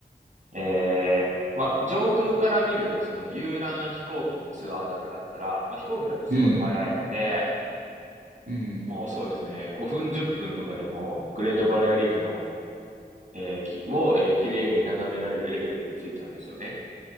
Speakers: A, on the right; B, on the right.
A: えー、まあ、上空から見る、その遊覧飛行機のツアーとかだったら、まあ、飛行機だとすごい早いので、
B: うん、うん。
A: もうそうですね、5分10分とかでも、グレートバリアリーフの、えーきを、えー、綺麗に眺められるエリアに着いちゃうんですよね。